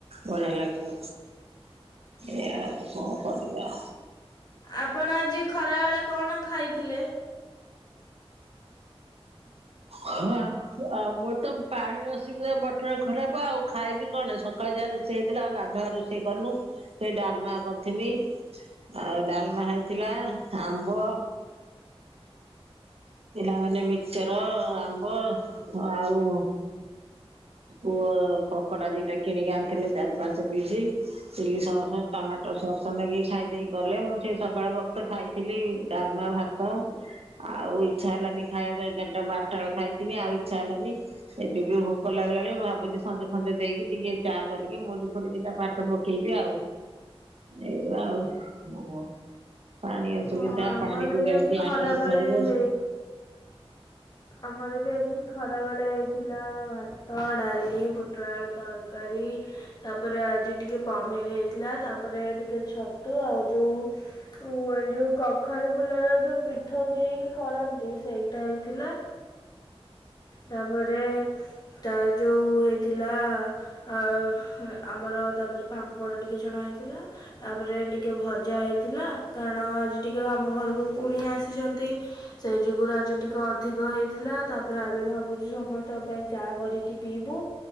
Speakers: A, on the right; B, on the left.
A: ବଢିଆ ଲାଗିବ। ଏ ଆଉ କଣ କରିବା।
B: ଆପଣ ଆଜି ଖରାବେଳେ କଣ ଖାଇଥିଲେ?
A: ହଁ ଆଉ ମୋର ତ ପାଣି ଅସୁବିଧା ମଟର ଖରାପ ଆଉ। ଖାଇବି କଣ ସକାଳେ ଯାହା ରୋଷେଇ ହେଇଥିଲା ଆଉ ଗାଧୁଆରେ ରୋଷେଇ କରନୁ ସେଇ ଡାଲମା କରିଥଥିଲି। ଆଉ ଡାଲମା ହେଇଥିଲା ଆମ୍ବ ପିଲାମାନେ ମିକଚର ଆମ୍ବ ଆଉ ପୁଅ ପକୋଡା ଦିଟା କିଣିକି ଆଣିଥିଲେ ଚାରି ପାଞ୍ଚ piece. Chilli sauce tomato sauce ନେଇକି ଖାଇ ଦେଇେଇ ଗଲେ, ମୁଁ ସେ ସକାଳେ ବକ୍ତ ଖାଇଥିଲି ଡାଲମା ଭାତ ହ ଆଉ ଇଛା ହେଲାନି ଖାଇବାକୁ ଏଗାରଟା ବାରଟା ଖାଇଥିନି ଆଉ ଇଛା ହେଲାନି। ଏଠି ବି ଭୋକ ଲାଗିଲାଣି ଭାବୁଛି ସଞ୍ଜ ଫଞ୍ଜ ଦେଇକି ଟିକେ ଚା କରିକି ମୁଡି ଫୁଡି ଦିଟା ପାଟି ପକେଇବି ଆଉ। ଏଇଗ ଆଉ ଓ ପାଣି ଅସୁବିଧା
B: ହଁ ଆମର
A: ପାଣି ବି ଏମତି
B: ଆଜି ଖରାବେଳେ
A: ଆଣିବାକୁ ଫଡିବ।
B: ହେଇ ଆମର ବି ଆଜି ଖରାବେଳେ ହେଇଥିଲା ଭାତ, ଡାଲି, ପୋଟଳ ଆଳୁ ତରକାରୀ ତାପରେ ଆଜି ଟିକେ ପନିର ହେଇଥିଲା ତାପରେ ଟିକେ ଛତୁ ଆଉ ଯୋଉ ଯୋଉ କଖାରୁ ଫୁଲର ଯୋଉ ପିଠୋଉ ଦେଇକି ଖପ ଦେଇ ସେଇଟା ହେଇଥିଲା। ତାପରେ ତା ଯୋଉ ହେଇଥିଲା ଆ ଆମର ତାପରେ ପାମ୍ପଡ଼ ଟିକେ ଛଣା ହେଇଥିଲା। ତାପରେ ଟିକେ ଭଜା ହେଇଥିଲା କାରଣ ଆଜି ଟିକେ ଆମ ଘରକୁ କୁଣି ଆସିଛନ୍ତି। ସେଇ ଯୁଗୁରୁ ଆଜି ଟିକେ ଅଧିକ ହେଇଥିଲା ତାପରେ ଆବେେ ଭାବୁଛୁ ସମସ୍ତଙ୍କ ପାଇଁ ଚା କରିକି ପିଇବୁ